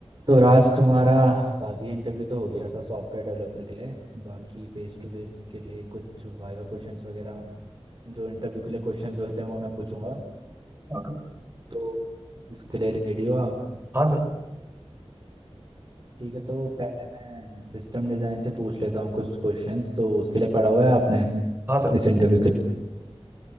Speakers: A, on the right (about 40°); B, on the right (about 20°).
A: तो राज तुम्हारा बाकी इंटरव्यू तो हो गया था सॉफ्टवेयर डेवलपर के लिए बाकी फेस टू फेस के लिए कुछ वाइवा क्वेश्चंस वगैरह जो इंटरव्यू के लिए क्वेश्चंस होते हैं वो मैं पूछूंगा
B: हाँ कर-
A: तो इसके लिए रेडी हो आप
B: हाँ सर
A: ठीक है तो पहले मैं सिस्टम डिज़ाइन से पूछ लेता हूँ कुछ क्वेश्चंस तो उसके लिए पढ़ा हुआ है आपने
B: हाँ सर
A: इस इंटरव्यू के लिए